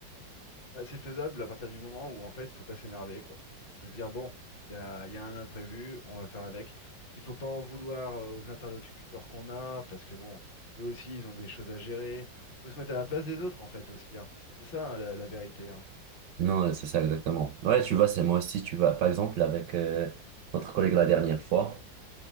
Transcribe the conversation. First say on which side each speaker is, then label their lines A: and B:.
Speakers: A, on the left; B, on the right.
A: Bah, c'est faisable à partir du moment où en fait, faut pas s'énerver, quoi. Faut se dire bon, il y a, il y a un imprévu, on va faire avec. Il faut pas en vouloir euh, aux interlocuteurs qu'on a, parce que bon, eux aussi, ils ont des choses à gérer. Faut se mettre à la place des autres en fait aussi. hein. C'est ça hein, la, la vérité. hein.
B: Non, euh, c'est ça exactement. Ouais, tu vois, c'est moi aussi, tu vois. Par exemple, avec euh, notre collègue la dernière fois,